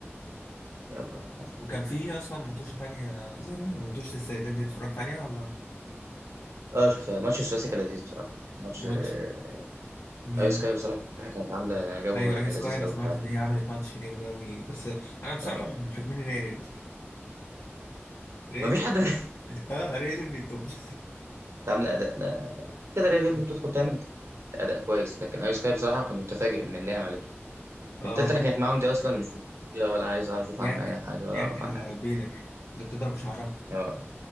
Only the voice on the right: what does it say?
يلا بقى حسن.
اه شفتها الماتش الثلاثي كان لذيذ بصراحه الماتش آه،
ايو سكاي بصراحه كانت عامله جو
لذيذ
قوي
بتاع
آه،
مفيش
حد <laughs>
عامل اداء لا كده ليه ليه بتدخل
تعمل اداء كويس لكن ايو سكاي بصراحه كنت متفاجئ من اللي هي عملته
التالتة اللي كانت معاهم دي اصلا مش مهتمة ولا عايز اعرف اشوف
عنها اي حاجه ولا
اعرف عنها اي
حاجه
اه